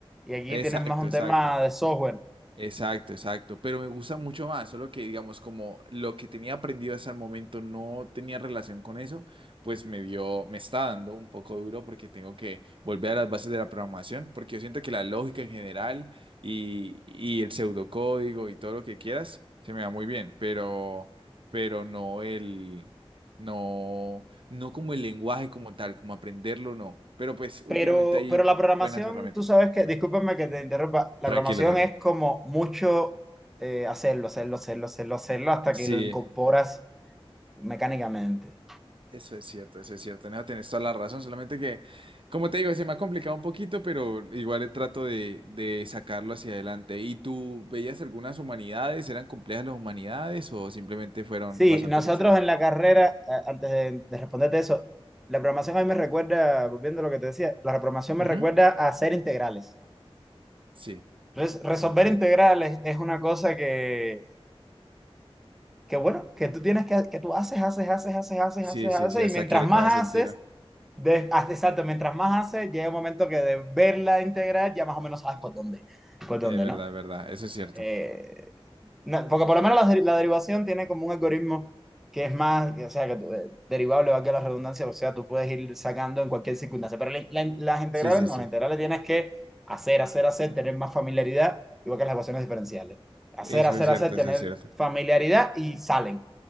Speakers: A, in the centre; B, on the right (about 60°).
A: Y aquí
B: Exacto,
A: tienes más un
B: exacto.
A: tema de software.
B: Exacto, exacto, pero me gusta mucho más, solo que digamos como lo que tenía aprendido hasta el momento no tenía relación con eso, pues me dio, me está dando un poco duro porque tengo que volver a las bases de la programación, porque yo siento que la lógica en general y, y el pseudocódigo y todo lo que quieras se me da muy bien, pero, pero no el, no, no como el lenguaje como tal, como aprenderlo, no, pero pues últimamente
A: Pero,
B: hay
A: pero la programación,
B: buenas herramientas,
A: tú sabes que,
B: dime.
A: discúlpame que te interrumpa, la
B: Tranquilo,
A: programación
B: tranquilo.
A: es como mucho eh, hacerlo, hacerlo, hacerlo, hacerlo, hacerlo hasta
B: Sí,
A: que lo incorporas mecánicamente.
B: Eso es cierto, eso es cierto. No, tienes toda la razón. Solamente que, como te digo, se me ha complicado un poquito, pero igual le trato de, de sacarlo hacia adelante. ¿Y tú veías algunas humanidades? ¿Eran complejas las humanidades o simplemente fueron
A: Sí,
B: bastante
A: nosotros
B: sencillas?
A: en la carrera, a- antes de, de responderte eso, la programación a mí me recuerda, volviendo a lo que te decía, la programación me
B: Ujú.
A: recuerda a hacer integrales.
B: Sí,
A: Res- resolver
B: ok.
A: integrales es una cosa que, que bueno, que tú tienes que, que tú haces, haces, haces, haces, haces,
B: Sí,
A: haces,
B: sí,
A: haces,
B: sí, hasta
A: y mientras
B: que le
A: más
B: cojas el
A: haces,
B: tiro. Ujú.
A: de, ah, exacto, mientras más haces, llega un momento que de verla integral ya más o menos sabes por dónde, por dónde,
B: Es verdad,
A: ¿no?
B: es verdad, eso es cierto.
A: Eh, No, porque por lo menos la, deri- la derivación tiene como un algoritmo que es más, o sea, que tú- eh, derivable, valga la redundancia, o sea, tú puedes ir sacando en cualquier circunstancia, pero la- la- las integrales
B: Sí, sí,
A: no,
B: sí.
A: las integrales tienes que hacer, hacer, hacer, tener más familiaridad, igual que las ecuaciones diferenciales. Hacer,
B: Eso
A: hacer,
B: es cierto,
A: hacer, tener
B: eso es cierto.
A: familiaridad y salen.